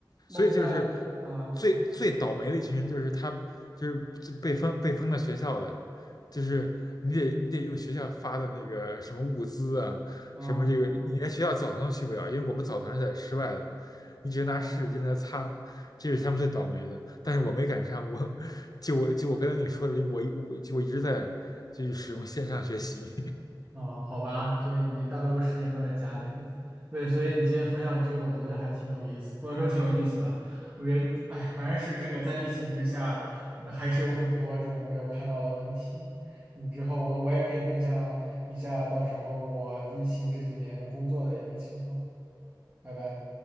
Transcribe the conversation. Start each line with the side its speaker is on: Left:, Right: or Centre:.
Right: 那那啊
Left: 所以就是最最倒霉的一群人，就是他就是被封被封到学校的，就是你得你得用学校发的那个什么物资啊，
Right: 啊
Left: 什么这个你连学校澡堂都去不了，因为我们澡堂是在室外的，你只能拿湿纸巾来擦。
Right: 哦。
Left: 这是他们最倒霉的，但是我没赶上。我就我就我跟你说的，我我就我一直在就使用线上学习，
Right: 哦，好吧，所以你大多数时间都在家里边。对，所以你今天分享这个，我觉得还挺有意思，不能说挺有意思吧，我觉得，哎，反正是这个在疫情之下，呃还是有很多这种没有看到的问题。嗯，之后我我也可以分享一下，到时候我疫情这几年工作的一个情况。拜拜。